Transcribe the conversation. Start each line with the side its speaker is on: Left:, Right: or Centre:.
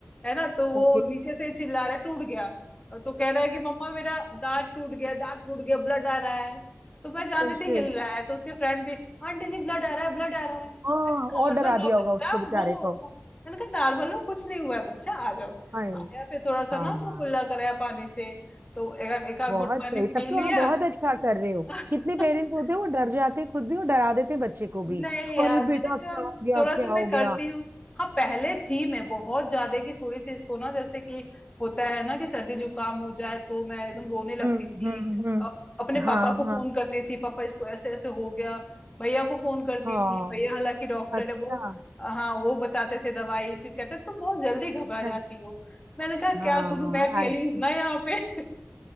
Left: है ना तो वो
Right: ओके
Left: नीचे से चिल्ला रहा है टूट गया तो कह रहा है कि मम्मा मेरा दांत टूट गया दांत टूट गया ब्लड आ रहा है तो मैं जान रही थी
Right: शिट
Left: हिल रहा है तो उसके फ्रेंड भी आंटी जी ब्लड आ रहा है ब्लड आ रहा है
Right: हाँ
Left: मैं नॉर्मल
Right: और डरा दिया
Left: लो
Right: होगा
Left: बच्चा
Right: उसको बेचारे
Left: वो
Right: को
Left: मैंने कहा नॉर्मल हो कुछ नहीं हुआ है बच्चा आ जाओ
Right: हाय
Left: आया फिर थोड़ा सा
Right: हाँ
Left: ना उसको कुल्ला कराया पानी से तो एक एक आध
Right: बहुत
Left: घुट पानी
Right: सही
Left: पी
Right: तब तो
Left: लिया
Right: आप बहुत अच्छा कर रहे हो
Left: <laughs>
Right: कितने पेरेंट्स होते हैं वो डर जाते हैं खुद भी और डरा देते हैं बच्चे को भी
Left: नहीं यार
Right: अरे
Left: मैंने
Right: बेटा
Left: कहा
Right: क्या हो गया
Left: थोड़ा
Right: क्या
Left: सा मैं
Right: हो
Left: करती
Right: गया
Left: हूँ हाँ पहले थी मैं बहुत ज्यादा कि थोड़ी सी इसको ना जैसे कि होता है ना कि सर्दी जुकाम हो जाए तो मैं एकदम रोने लगती
Right: हम्म
Left: थी
Right: हम्म हम्म
Left: अ- अपने
Right: हाँ
Left: पापा को
Right: हाँ
Left: फोन करती थी पापा इसको ऐसे ऐसे हो गया भैया को फोन करती
Right: हाँ
Left: थी भैया हालांकि डॉक्टर
Right: अच्छा
Left: है वो हाँ वो बताते थे दवाई फिर कहते तुम बहुत जल्दी घबरा
Right: अच्छा
Left: जाती हो मैंने कहा
Right: हाँ
Left: क्या करूं मैं अकेली
Right: अच्छा
Left: हूं ना यहाँ पे